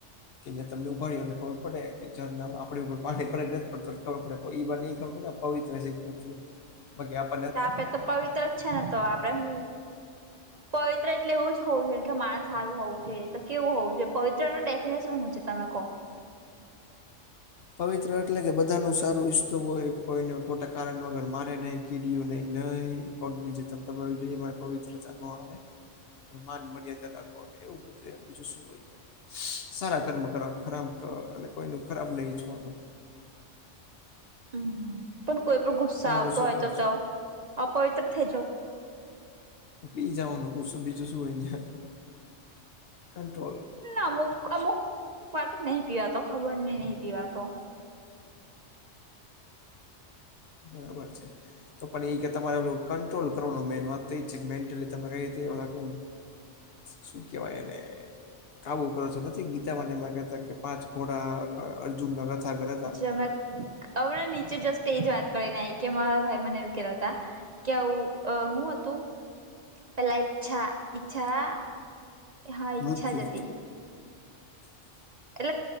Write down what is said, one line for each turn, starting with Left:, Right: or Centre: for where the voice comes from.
Left: કે જે તમને ઉાડી હો એટ ખબર પડે કે રમાં આપણી ઉપર પાણી પડે નથી જ પડ ખબર પડે ઈ બાર નઈ ખબ પડે પવિત્ર શીખતી બાકી આપ
Right: આપે તો પવિત્ર જ છે ને તો આપડે હું પવિત્ર એટલે એવું જ હોવ જોઈએ કે માણસ સારું હોવું જોઈએ તો કેવું હોવું જોઈએ પવિત્ર ન ડેફિનેશન શું છે તમે કહો
Left: પવિત્ર એટલે કે બધા ન સારું ઈચસ્તું હોય કોઈને ખોટા કારણ વગર મારે નહી કીર્યું નહી નહીિ પગની જે ચતાબાવવી જોઈએ એ પવિત્ર જમ આવે અને માન મર્યાદા રાખવાનુંને એવું બધું એમીું શું હોય સારા કર્મ કરો ખરાબ કર અને કોઈ ન ખરાબ નહીિઈ છવાનું
Right: હમ પણ કોઈ પણ ગુસ્સા
Left: તમારું
Right: આવતો
Left: શું
Right: હોય
Left: કેવું
Right: તો
Left: છે
Right: તો અપવિત્ર થઈજાવ
Left: તો પી જાઓનું બ શ બીજું શું હોને કંટ્રોલ
Right: અમુક અમુક માટે નહી પીવાતો ખબર નહી નહીિ પીવાતો
Left: બરાબર છે તો પણ એ કે તમારે એું કંટ્રોલ કરવાનું મેન વાત તો એ છે કે મેન્ટલી તમે કઈ રીતે કેમ શું કેવાય એને કાબુ કરો છો નથી ગીતામાંનેમાં કતા કે પાંચ થોડા અર્જુનના રથ ગર હતા
Right: તમે અ નીચે જ સ એજ વાત કરીને આ કે મારા ભાઈ મને એવું કેલા હતા કેવું હું હતું પેલા ઈચ્છા ઈચ્છા હા
Left: મૃત્યુ
Right: ચ્છા જ હતી એટલે